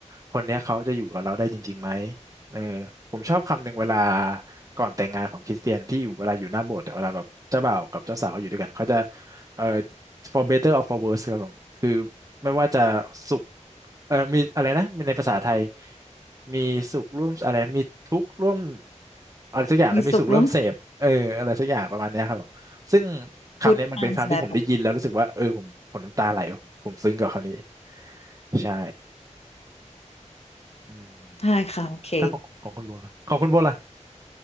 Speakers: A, on the right; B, on the left.
A: คนเนี้ยเขาจะอยู่กับเราได้จริงๆไหมเออผมชอบคำหนึ่งเวลาก่อนแต่งงานของคริสเตียนที่อยู่เวลาอยู่หน้าโบสถ์อะเวลาแบบเจ้าบ่าวกับเจ้าสาวเขาอยู่ด้วยกันเขาจะเออ for better or for worse ครับผมคือไม่ว่าจะสุขเออมีอะไรนะมีในภาษาไทยมีสุขร่วมอะไรมีทุกข์ร่วมอะไรสักอย่างแล้วมีสุขร่วมเสพเอออะไรสักอย่างประมาณเนี้ยครับผมซึ่ง
B: มีสุขร่วมสุข
A: คำนี้มันเป็นคำที่ผมได้ยินแล้วรู้สึกว่าเออผมผมน้ำตาไหลผมผมซึ้งกับคำนี้
B: good times b a t
A: ใช่อืม
B: ใช่ค่ะโอเค
A: ถ้าของของคุณโบล่ะของคุณโบล่ะ